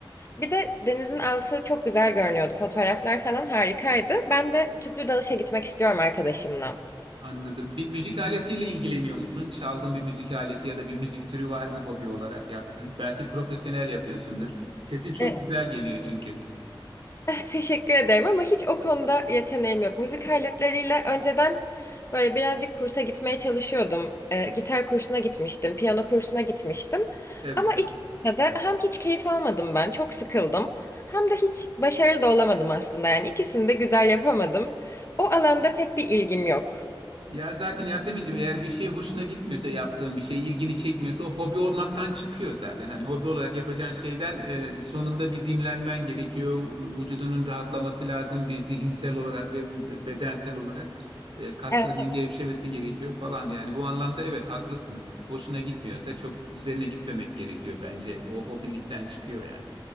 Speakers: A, on the left; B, on the right.
A: Bir de denizin altı çok güzel görünüyordu. Fotoğraflar falan harikaydı. Ben de tüplü dalışa gitmek istiyorum arkadaşımla.
B: Anladım. Bir müzik aletiyle ilgileniyor musun? Çaldığın bir müzik aleti ya da bir müzik türü var mı hobi olarak yaptın? Belki profesyonel yapıyorsundur. Sesin çok
A: E,
B: güzel geliyor çünkü.
A: <laughs> Teşekkür ederim ama hiç o konuda yeteneğim yok. Müzik aletleriyle önceden böyle birazcık kursa gitmeye çalışıyordum. E, gitar kursuna gitmiştim, piyano kursuna gitmiştim.
B: Evet.
A: Ama ikisinde de hem hiç keyif almadım ben, çok sıkıldım. Hem de hiç başarılı da olamadım aslında. Yani ikisini de güzel yapamadım. O alanda pek bir ilgim yok.
B: Ya zaten Yasemin'cim eğer bir şey hoşuna gitmiyorsa yaptığın bir şey ilgini çekmiyorsa o hobi olmaktan çıkıyor zaten. Hani hobi olarak yapacağın şeyden e, sonunda bir dinlenmen gerekiyor. Vücudunun rahatlaması lazım bir zihinsel olarak ve b- bedensel olarak e, kaslarının
A: Evet.
B: gevşemesi gerekiyor falan. Yani bu anlamda evet haklısın. Hoşuna gitmiyorsa çok üzerine gitmemek gerekiyor bence. O hobilikten çıkıyor yani.